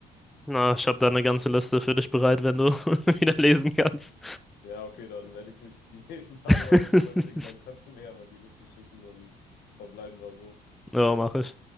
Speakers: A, in the centre; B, on the left.
A: Na, ich habe da eine ganze Liste für dich bereit, wenn du <laughs> wieder lesen kannst.
B: Ja, okay, dann werde ich mich die <laughs> nächsten Tage
A: <laughs>
B: mal damit beschäftigen. Dann kannst du mir ja mal die Liste schicken, dann verbleiben wir so.
A: Ja, mache ich.